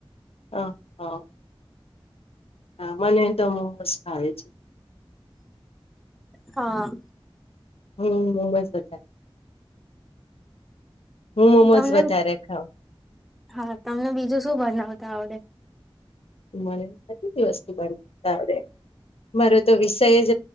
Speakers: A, on the left (about 80°); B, in the centre.
A: હ હા. હા મને તો મોસ્ટ. હાાય છે.
B: હા
A: હમ્મ મોમ જ બધા હું મોમોઝ
B: તમને
A: વધારે ખાઉં
B: હા તમને બીજું શું બનાવતા આવડે
A: મને તો બધી વસ્તુ બનાતાડે મારો તો વિષય જ